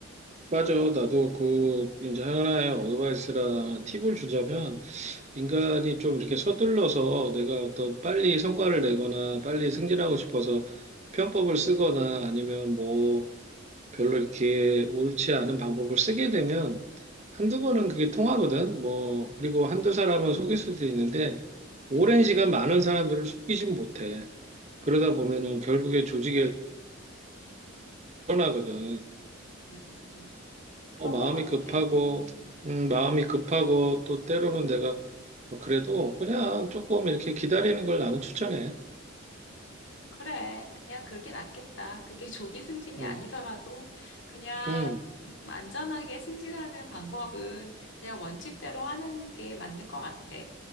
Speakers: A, on the right; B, on the left.
A: 맞아. 나도 그 이제 하나의 어드바이스라 팁을 주자면 인간이 좀 이렇게 서둘러서 내가 어떤 빨리 성과를 내거나 빨리 승진하고 싶어서 편법을 쓰거나 아니면 뭐 별로 이렇게 옳지 않은 방법을 쓰게 되면 한두 번은 그게 통하거든. 뭐, 그리고 한두 사람은 속일 수도 있는데 오랜 시간 많은 사람들을 속이진 못해. 그러다 보면은 결국에 조직에 드러나거든.
B: 음, 그런
A: 어, 마음이
B: 것 같아.
A: 급하고,
B: 음,
A: 음, 마음이 급하고 또 때로는 내가 뭐 그래도 그냥 조금 이렇게 기다리는 걸 나는 추천해.
B: 그래. 그냥 그게 낫겠다. 그게 <laughs> 조기 승진이
A: 음,
B: 아니더라도 그냥,
A: 음,
B: 음, 안전하게 승진하는 방법은 그냥 원칙대로 하는 게 맞는 것 같아.